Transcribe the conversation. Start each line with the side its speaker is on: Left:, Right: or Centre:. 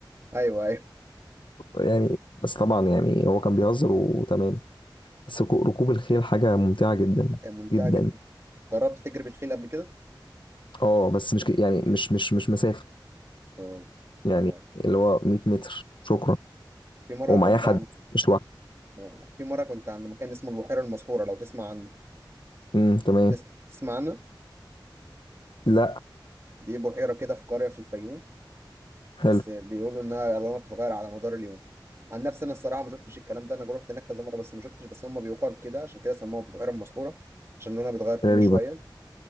Right: ايوه ايوه
Left: يعني بس طبعا يعني هو كان بيهزر وتمام بس ركو- ركوب الخيل حاجة ممتعة جدا
Right: أيوه، ممتعه
Left: جدا
Right: جدا جربت تجري بالخيل قبل كده
Left: اه بس مش ك- يعني مش مش مش مسافة
Right: اه
Left: يعني
Right: انا
Left: اللي هو 100 متر شكرا
Right: في مره
Left: ومعايا
Right: كنت
Left: حد مش لوحدي
Right: اه في مرة كنت عند مكان اسمه البحيرة المسحورة لو تسمع عنه
Left: امم تمام
Right: تس- تسمع عنه
Left: لا
Right: دي بحيرة كده في قرية في الفيوم
Left: حلو
Right: بس بيقولوا إنها ألوانها بتتغير على مدار اليوم عن نفسي أنا الصراحة ما شفتش الكلام ده أنا جربت هناك كذا مرة بس ما شفتش بس هم بيقال كده عشان كده سموها البحيرة المسحورة عشان لونها بيتغير كل
Left: غريبة
Right: شوية